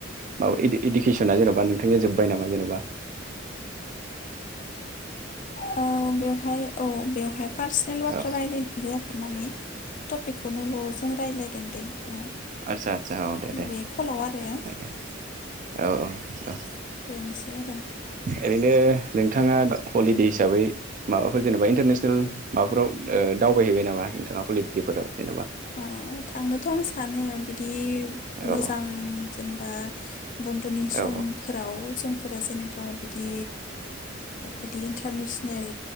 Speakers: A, on the right; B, on the left.
A: माबा इडुकेसना जेनेबा नोंथांनिया जोबबाय नामा जेनेबा
B: औ बेवहाय औ बेवहाय पार्सनेल बाथ्रा
A: औ
B: रायलायनो होआखै माने टपिकखौनोल' जों रायज्लायगोन दे औ
A: आस्सा आस्चसा औ दे दे
B: बे कलाव आरो
A: औ दे औ औ औ
B: बेनोसै आरो
A: ओरैनो नोंथाङा हलिदे हिसाबै माबाफोर जेनेबा इन्टारनेसनेल माबाफोराव ओ दावबायहैबाय नामा नोंथाङा हलिदेफोराव जेनेबा
B: औ थांनोथ' आं सानो बिदि बि
A: औ
B: मोजां जेनेबा बन्द'नि समफोराव
A: औ
B: जों फोर जेनेबा बिदि बिदि इन्टारनेसनेल